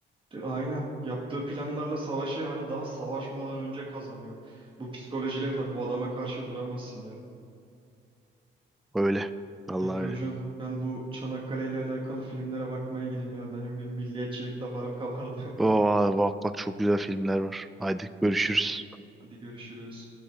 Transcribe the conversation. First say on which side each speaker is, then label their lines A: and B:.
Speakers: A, on the right (about 25°); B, in the centre.
A: De- Aynen. Yaptığı planlarla savaşı hani daha savaşmadan önce kazanıyor. Bu psikolojiyle tabii bu adama karşı duramazsın ya.
B: <laughs> Öyle. Vallahi
A: Peki hocam
B: öyle.
A: ben bu Çanakkale ile alakalı filmlere bakmaya gideyim ya. Benim bir milliyetçilik damarım kabardı.
B: Oo, bak bak çok güzel filmler var. Haydi görüşürüz.
A: <laughs> Hadi görüşürüz.